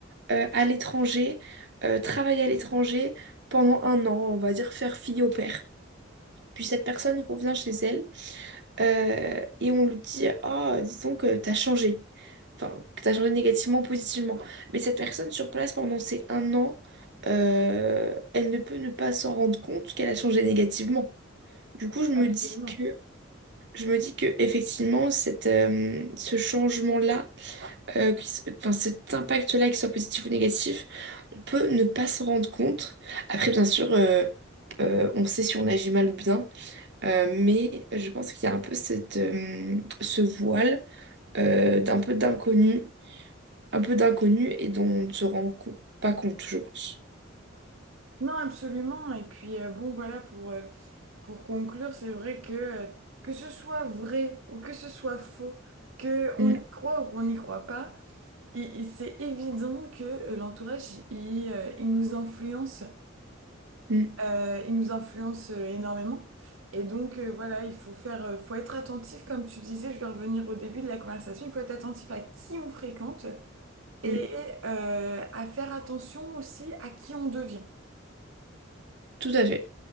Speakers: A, on the right; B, on the right.
A: euh, à l'étranger, euh, travaille à l'étranger pendant un an, on va dire faire fille au père. Puis cette personne revient chez elle euh, et on lui dit, ah, disons que t'as changé. Enfin, que t'as changé négativement, positivement. Mais cette personne sur place pendant ces un an, euh, elle ne peut ne pas s'en rendre compte qu'elle a changé négativement. Du coup, je me
B: Absolument.
A: dis que, je me dis que effectivement, cette, euh, ce changement-là, euh, qui s- enfin, cet impact-là, qu'il soit positif ou négatif, on peut ne pas s'en rendre compte. Après, bien sûr, euh, euh, on sait si on agit mal ou bien. Euh, mais je pense qu'il y a un peu cette, euh, ce voile euh, d'un peu d'inconnu, un peu d'inconnu et dont on ne se rend com- pas compte, je pense.
B: Non, absolument. Et puis, euh, bon, voilà, pour, euh, pour conclure, c'est vrai que euh, que ce soit vrai ou que ce soit faux, que
A: Mm,
B: on y croit ou qu'on n'y croit pas, il- il- c'est évident que euh, l'entourage, il, euh, il nous influence
A: mm,
B: Euh, il nous influence euh, énormément. Et donc, euh, voilà, il faut faire, euh, faut être attentif, comme tu disais, je vais revenir au début de la conversation, il faut être attentif à qui on fréquente et
A: mm.
B: euh, à faire attention aussi à qui on devient.
A: Tout à fait.